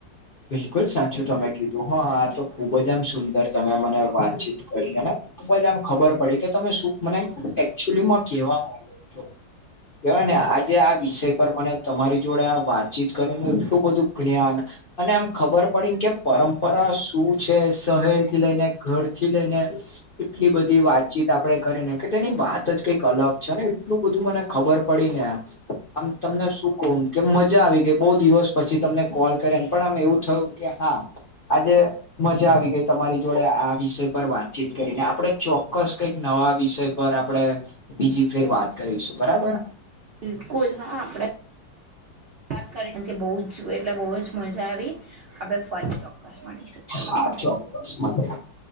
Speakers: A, on the left; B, on the right.
A: બિલકુલ સાચું તમે કીધું હા આ તો ખુબ જ આમ સુંદર તમે મને વાતચીત કરી અને ખૂબ જ આમ ખબર પડી કે તમે શું મને એકચુલી માં કેવા માંગો છો? કેહેવાય ને આજે આ વિષય પર મને તમારી જોડે આ વાતચીત કરીને એટલું બધું જ્ઞાન અને આમ ખબર પડી ને કે પરંપરા શું છે શહેર થી લઈને ઘર થી લઈને એટલી બધી વાતચીત આપડે કરીને કે તેની વાત જ કંઈક અલગ છે ને એટલું બધું મને ખબર પડીને આ આમ તમને શું કહું કે મજા આવી ગઈ બહુ દિવસ પછી તમને કોલ કરે ન પણ આમ એવું થયું કે હા આજે મજા આવી ગઈ તમારી જોડે આ વિષય પર વાતચીત કરીને આપડે ચોક્કસ કઈક નવા વિષય પર આપણડે બીજી ફેર વાત કરીશું બરાબર.
B: બિલકુલ હા આપડે વાત કરી છે બહુ જ છું એટલે બહુ જ મજા આવી આપણે ફરી ચોક્કસ મળીશું ચલો
A: હા
B: બાય.
A: <unintelligible>